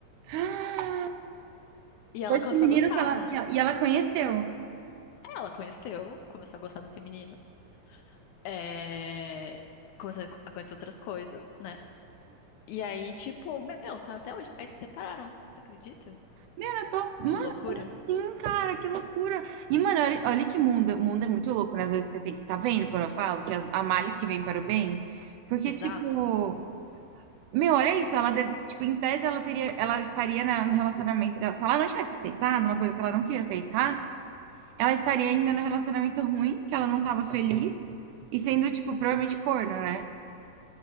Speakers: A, on the right; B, on the left.
A: <gasps>
B: E ela
A: Foi esse
B: começou
A: menino
B: a gostar,
A: que ela,
B: né?
A: que ela- e ela conheceu.
B: É, Ela conheceu, começou a gostar desse menino. É... Começou a conhecer outras coisas, né? E aí, tipo, meu, tá até hoje. Aí se separaram, você acredita?
A: Meu, eu tô. Mano,
B: Que loucura.
A: como assim, cara? Que loucura. E, mano, olha, olha que mundo. O mundo é muito louco, né? Às vezes você tem. Tá vendo quando eu falo que as, há males que vêm para o bem? Porque,
B: Exato.
A: tipo. Meu, olha isso. Ela deve- tipo, em tese, ela teria, ela estaria na- no relacionamento dela. Se ela não tivesse aceitado uma coisa que ela não queria aceitar, ela estaria ainda no relacionamento ruim, que ela não tava feliz. E sendo, tipo, provavelmente corna, né?